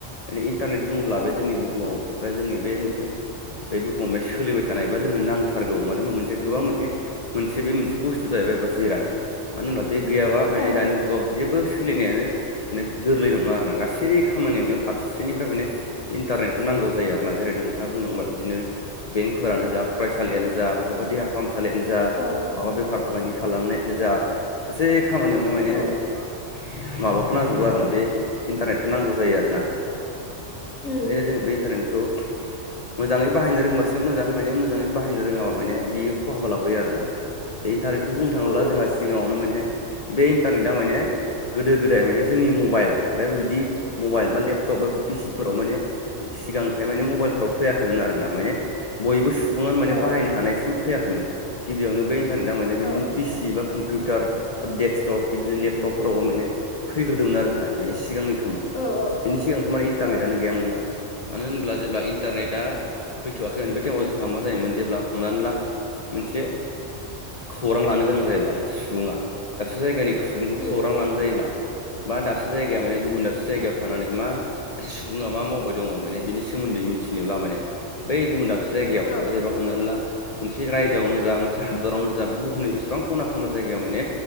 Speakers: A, on the left; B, on the left.
A: माने इन्टारनेट बुङोब्ला
B: औ
A: बे जोंनि बुहुमाव बा जोंनि बे मोनसे बे बुहुमाव माने सोलिबाय थानाय बा जोंनो नांथारगौ मानो होनबा मोनसे गोबां मोनसे मोनसे बे मोनसे बुस्थु जाहैबायबा जिराद मानो होनब्ला बे गैयाबा मे
B: औ
A: दानि जुगाव जेबो सोलिनायानो माने गोरलै नङा आरोना गासै खामानियावनो फारसेनिफ्राय माने इन्टारनेटखौ नांगौ जायो आरोना जेरै नोंथाङा बुंलांबाय बिदिनो बेंकफोरानो जा फरायसालियानो जा बहाबा देहा फाहाम सालियानो जा
B: औ
A: माबा बेफार फालांगि खालामनायानो जा गासै खामानियावनो माने
B: औ
A: माबाखौ नांजोबगौ आरोना बे इन्टारनेटखौ नांगौ जायो आरोना
B: उम
A: ओंखायनो जोंनो बे इन्टारनेटखौ मोजाङै बाहायनो रोंबासो मोजां माने मोजाङै बाहायनो रोङाबा माने बियो खहाबो लाबोयो आरो ना। बे इन्टारनेटखौ बुंनो थाङोब्ला
B: औ
A: जोंहा सिगाङावनो माने बै इन्टारनेटआ माने गोदो गोदाय माने जोंनि मबाइल बे बिदि मबाइल बा लेपटप बा बि पिसि फोराव माने सिगांहाय माने मबाइलफोराव फैयाखैमोन आरो ना माने बयबो सुबुङानो माने
B: औ
A: बाहायनो हानायसिम फैयाखैमोन गिबियावनो बे इन्टारनेटआ माने
B: औ
A: बिदिनो पिसि बा कम्पिउटार बा डेक्सटप बिदिनो लेपटपफोरावल' माने फैग्रोदोंमोन आरोहाय माने सिगांनि समाव
B: औ
A: बिनि सिगांथ' माने इन्टारनेटआनो
B: औ
A: गै गैयामोना मानो होनब्ला जेब्ला इन्टारनेटआ फैथ'वाखैमोन बे टाइमाव जोंहा मा जायोमोन जेब्ला हमनानै ला मोनसे खौरां लानो गोनां जायोब्ला सासे सुबुङा दाबसे जायगानि सुबुंखौ
B: उम
A: खौरां लानो जायोब्ला बा दाबसे जायगाया माने गुबुन दाबसे जायगायाव थानानै मा सासे सुबुङा मा मावबाय दङ माने बिनि सोमोन्दै मिथिनोब्ला माने बै गुबुन दाब सूजायगायाव
B: औ
A: जेनबा हमनानै ला मोनसे रायजोआवनो जा मोनसे हादरावनो जा बे बुहुमनि बेसेबां खना खनला जायगायाव माने